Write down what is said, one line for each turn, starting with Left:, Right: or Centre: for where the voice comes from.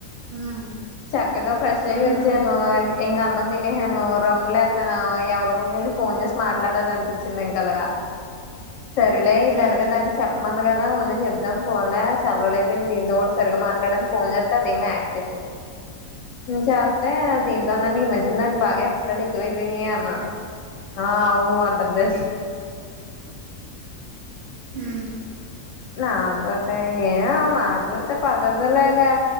Right: హ్మ్.
Left: చక్కగా ఫ్రెష్ అయి
Right: ఆహా!
Left: వచ్చాను ఇంకా అన్నం తినేసాను రౌండ్ల నన్ను ఎవరికో <unintelligible> ఫోన్ చేసి మాట్లాడాల అనిపించింది ఇంకా అలాగా సరిలే
Right: హ్మ్.
Left: ఇది అలాగ దానికి చెప్ప మంది కదా ఉండి చెప్ద్దాం పోలే చల్లలేపోయింది దీంతో కూడా సరిగా మాట్లాడడిని ఫోన్ చేస్త అదేమి యాక్ చేసింది చేస్తతే దీంతోన్నాని ఈ మధ్య దానికి బాగా ఎక్స్ట్రా లే <unintelligible> ఆ అవును అంటందది <inaudible>
Right: హు
Left: నాబతే ఏ మాట్లాడతే పద్ధతిలో అదా